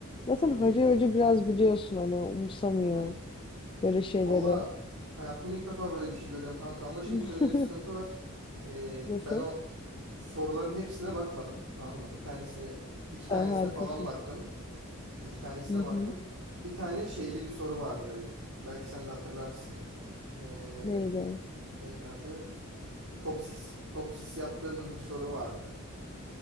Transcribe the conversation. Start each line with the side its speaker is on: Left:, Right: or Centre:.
Left: Zaten
Right: E,
Left: Hacı Hoca biraz biliyorsun hani umursamıyor
Right: hı.
Left: böyle şeyleri.
Right: Valla hayatımda ilk defa böyle bir şey görüyorum kanka. Ama şimdi
Left: <laughs>
Right: şöyle de bir sıkıntı var. E,
Left: Nasıl?
Right: ben o soruların hepsine bakmadım. Tamam mı? Bir tanesine, iki tanesine
Left: Sen harikasın.
Right: falan baktım. İki tanesine
Left: Hı hı.
Right: baktım. Bir tane şeyli bir soru vardı. Belki sen de hatırlarsın. Ee,
Left: Neydi?
Right: neydi adı? Topsis. Topsis yaptığımız bir soru vardı.